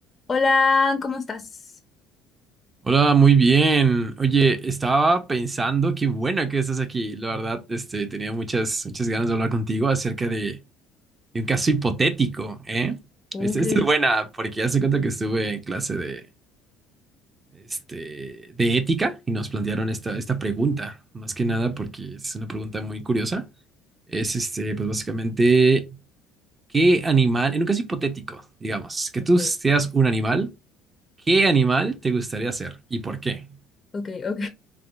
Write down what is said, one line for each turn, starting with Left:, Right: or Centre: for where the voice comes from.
Left: Hola, ¿cómo estás?
Right: Hola, muy bien. Oye, estaba pensando, qué bueno que estás aquí. La verdad, este, tenía muchas, muchas ganas de hablar contigo acerca de, de un caso hipotético, ¿eh?
Left: Ok,
Right: Esta esta es buena, porque ya se cuenta que estuve en clase de, este, de ética y nos plantearon esta, esta pregunta. Más que nada, porque es una pregunta muy curiosa. Es, este, pues básicamente, ¿qué animal, en un caso hipotético, digamos, que
Left: ok.
Right: tú seas un animal, ¿qué animal te gustaría ser y por qué?
Left: Ok, <laughs> ok.